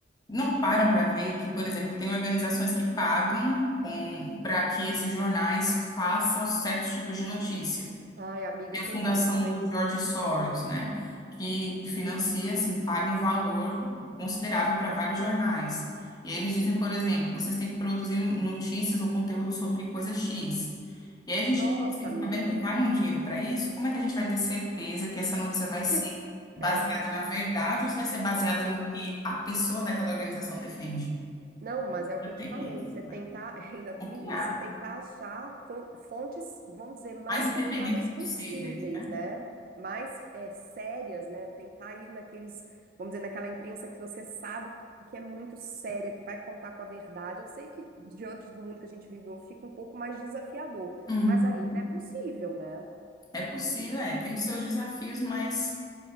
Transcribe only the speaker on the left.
não param para ver que, por exemplo, tem organizações que pagam com para que esses jornais façam certos tipos de notícia.
E a
fundação
do
George Soros, né? Que financia, assim, paga um valor considerável para vários jornais. E aí eles dizem, por exemplo, vocês têm que produzir notícias ou conteúdo sobre coisa X. E aí a gente,
assim,
sabendo que vai um dinheiro para isso, como é que a gente vai ter certeza que essa notícia vai
ser baseada
na verdade ou se vai ser baseada
no que a pessoa daquela organização defende?
Não
tem
isso,
né?
Criar.
Mais independentes
possíveis, né?
Uhum.
É possível, é. Tem os seus desafios, mas